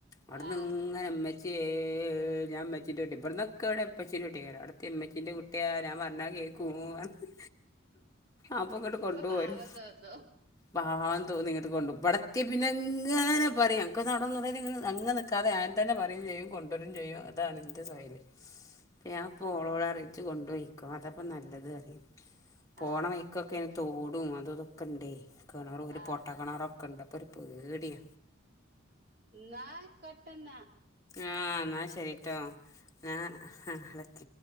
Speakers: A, on the left (about 15°); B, on the right (about 55°).
A: അവിട്ന്ന്
B: ആ
A: ഇങ്ങനെമ്മച്ച്യേ ച്യേ ഞാൻ മ്മച്ച്യേന്റുട്ടി ബ്ട്ന്നൊക്കെവ്ടെ ഉപ്പച്ചീന്റുട്ടിയായോരാ അവ്ടെത്യാ ഉമ്മച്ചിന്റെ കുട്ട്യാ ഞാ പറഞ്ഞാ കേക്കും പറഞ്ഞ് അപ്പൊ ഇങ്ങോട്ട് കൊണ്ടു
B: പാവം
A: പോരും
B: തോന്നും
A: പാവം തോന്നിങ്ങട്ട് കൊണ്ടു ബടെത്ത്യ പിന്നെങ്ങനെ പറയും ക്കൊന്നവടെ നിന്നൂടായിരുനി <unintelligible> അങ്ങ് നിൽക്കാതെ ഞാൻ തന്നെ പറയും ചെയ്യും കൊണ്ടൊരും ചെയ്യും അതാണ് ൻ്റെ <unintelligible> ഞാൻപ്പോ ഓളോടറയും ഇജ്ജ് കൊണ്ടോയിക്കോ അതപ്പം നല്ലത് അറയും പോണ
B: ആ
A: വയിക്കൊക്കെ <unintelligible> <unintelligible> അതുഇതൊക്കണ്ടേ കിണർ ഒരു
B: ആ
A: പൊട്ട കിണറൊക്കണ്ട് അപ്പറ് പേടിയ
B: ന്നാ ആയ്ക്കോട്ടെന്ന
A: ആ ന്നാ ശരി ട്ടോ ഞാൻ ആ <unintelligible>